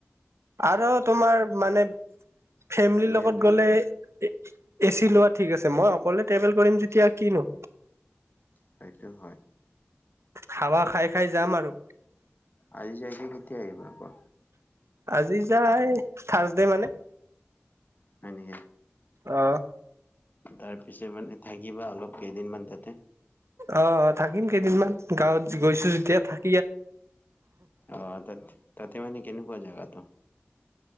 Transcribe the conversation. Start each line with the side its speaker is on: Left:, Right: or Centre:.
Right: আৰু তোমাৰ মানে, ফেমিলিৰ লগত
Left: জেনেৰেল
Right: গ'লে এ চি লোৱা ঠিক আছে, মই অকলে, ট্ৰেভেল কৰিম যেতিয়া, কিনো!
Left: সেইটো হয়!
Right: হাৱা খাই-খাই যাম আৰু।
Left: আজি যাইকে, কেতিয়া আহিব আকৌ?
Right: আজি যাই থাৰ্চডে, মানে।
Left: হয় নেকি?
Right: অ
Left: তাৰ পিছত মানে, থাকিবা অলপ, কেইদিনমান তাতে?
Right: অ'! থাকিম কেইদিনমান। গাঁৱত গৈছোঁ যেতিয়া, থাক
Left: অ'! তাতে, তাতে মানে, কেনেকুৱা জেগাটো?